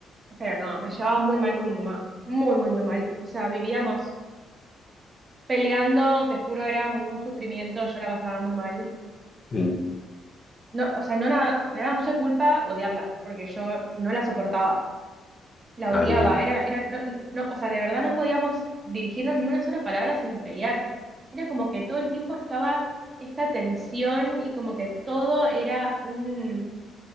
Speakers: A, on the right (about 35°); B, on the left (about 35°).
A: pero no, me llevaba muy mal con mi mamá. Muy, muy, muy mal. O sea, vivíamos peleando, te juro, era un sufrimiento, yo la pasaba muy mal.
B: mm,
A: No, o sea, no la- me daba mucha culpa odiarla, porque yo no la soportaba, la
B: ah,
A: odiaba,
B: bien.
A: era, era, no, no, o sea, de verdad no podíamos dirigirnos ni una sola palabra sin pelear. Era como que todo el tiempo estaba esta tensión y como que todo era un,